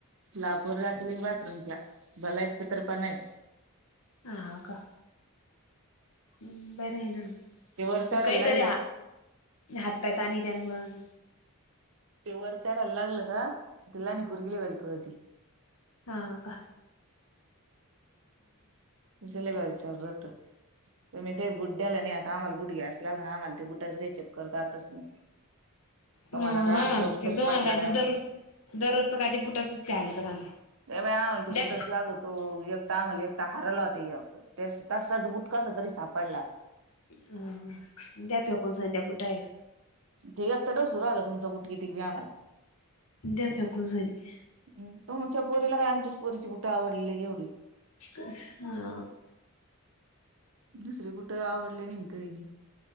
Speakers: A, on the right; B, on the left.
A: लापूर रातले की बाथरूमच्या बलायच तर पण नाही
B: ह का हम्म बर आहे ना
A: ते वर चढायला
B: काहीतरी
A: लागलं
B: हात पाय तानी त्यान पण
A: ते वरच्या अडला लागलं का न ते पोरगी लय भारी पळती
B: हां का
A: त सले विचारत मी काही बुडड्याला आणि आ आता आम्हाला बुट घ्यायं लाग ना आम्हाला ते बुटाचंही चकर जातच नाही त
B: ह
A: मला काय
B: हा
A: आमचा बुटठच
B: ते दोम्हाला
A: पाठटला
B: काय
A: कायमही
B: ते दररोज दररोजचं काय ते बुटाचच ते आणत का
A: अ बा आम्हाल त
B: द्या
A: बुटच लागत तो एक तर आम्हाल एक हारलाते तसा बुट कसातरी सापडला
B: अ द्या पे कोण स द्या बुठायला
A: ते आता डसू राहिला तुमच बुट क तिक व्याम मला
B: द्या फेकून सनी
A: तुमच्या या पोरीला काय आमच्याच पोरीची बुटा आवडली एवढी
B: तर हा
A: दुसरे बुटं आवडले नाही काही नाही